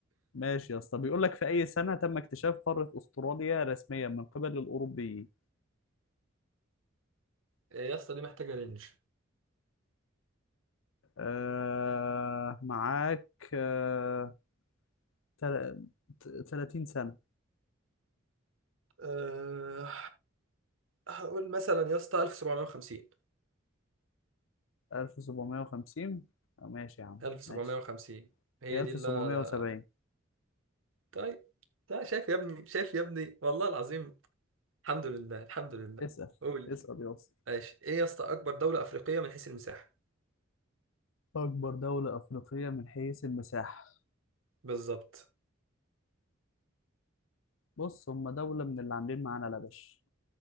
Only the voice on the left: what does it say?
ماشي يا اسطى بيقول لك في أي سنة تم اكتشاف قارة أستراليا رسميا من قبل الأوروبيين؟
آه معاك آه تل- 30 سنة
1750 آه، ماشي يا عم
ماشي
هي 1770
اسأل
اسأل يا اسطى
أكبر دولة أفريقية من حيث المساحة
بص هم دولة من اللي عاملين معانا لبش